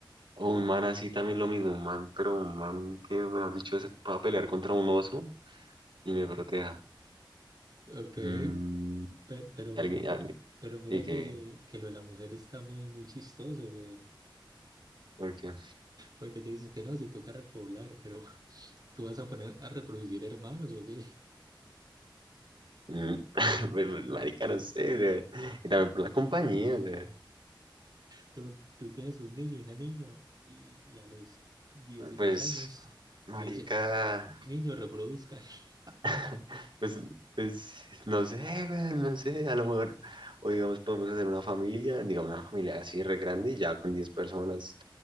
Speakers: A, on the right; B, on the right.
A: o un man así también lo mismo, un man, pero un man que, mejor dicho, es- va a pelear contra un oso y me proteja.
B: Ok,
A: Mm,
B: pe- pero,
A: y alguien,
B: mi-
A: alguien-
B: pero mira
A: y que,
B: que, que lo de la mujer está muy, muy chistoso, weón.
A: porque,
B: Porque te dices que no, si toca repoblar, pero <laughs> tú vas a poner a reproducir hermanos o qué. <laughs>
A: mm, <laughs> pues, pues, marica, no sé, güey. Y también por la compañía, güey.
B: Tú, tú tienes un niño y una niña y, y a los 16
A: Pues,
B: años <laughs>
A: marica.
B: le dicen, niño, reproduzcan. <laughs>
A: <laughs> Pues, pues no sé, güey, no sé, a lo mejor, o digamos, podemos hacer una familia, digamos, una familia así re grande, y ya con 10 personas,